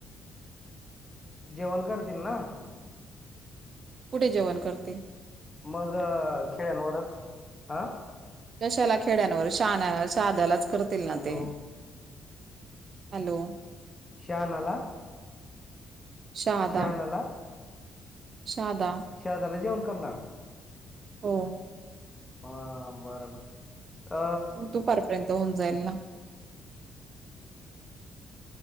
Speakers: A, on the left (about 20°); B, on the right (about 50°).
A: जेवण करतील ना.
B: कुठे जेवण करतील.
A: मग खेड्यांवरच. आ.
B: कशाला खेड्यांवर. शहाण्याला, हाद्यालाच करतील ना
A: हॅलो
B: ते. हॅलो.
A: श्याहानाला.
B: शहदा
A: शहाणाला
B: शादा
A: शादाला जेवण करणार?
B: हो.
A: हा बरबर अ
B: दुपार पर्यंत होऊन जाईल ना